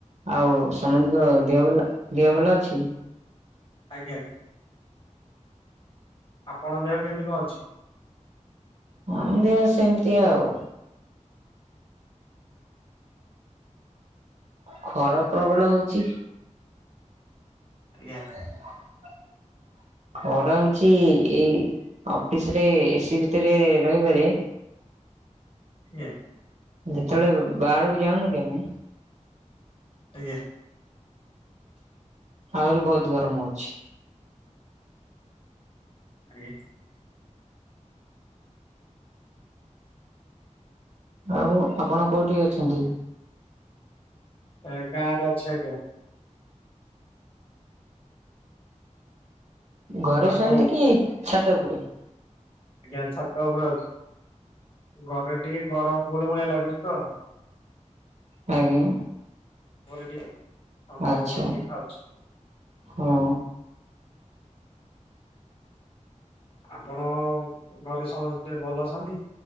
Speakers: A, on the right; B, on the left.
A: ଆଉ ସମସ୍ତିଙ୍କ ଦେହଲ ଦେହ ଭଲ ଅଛି।
B: ଆଜ୍ଞା। ଆପଣଙ୍କ ଦେହ କେମିତି କଣ ଅଛି?
A: ହଁ ଦେହ ସେମିତି ଆଉ ଖରା ପ୍ରବଳ ହଉଛି।
B: ଆଜ୍ଞା।
A: <inaudible> ଖରା ହଉଛି ଏଇ ଅଫିସ ରେ ଏସି ଭିତରେ ରହିବାରେ
B: ଆଜ୍ଞା
A: ଯେତେବେଳେ ବାହାରକୁ ଯାଉନୁ କି ଆମେ
B: ଆଜ୍ଞା
A: ଆହୁରି ବହୁତ ଗରମ ହଉଛି।
B: ଆଜ୍ଞା
A: ଆଉ ଆପଣ କୋଉଠି ଅଛନ୍ତି?
B: ଏ ଗାଁ ରେ ଅଛି ଆଜ୍ଞା।
A: ଘରେ
B: ଆପଣ
A: ଶୁଅନ୍ତି କି ଛାତ ଉପୁରେ?
B: ଆଜ୍ଞା ଛାତ ଉପରେ ଅଛି। ଘରେ ଟିକେ ଗରମ ଗୁଳଗୁଳିଆ ଲାଗୁଛି ତ।
A: ହାଲୋ
B: <unintelligible> ଥଣ୍ଡା
A: ଆଚ୍ଛା
B: ପବନ ଟିକେ ଖାଉଛି।
A: ହୁଁ।
B: ଆପଣ ଘରେ ସମସ୍ତେ ଭଲ ଅଛନ୍ତି?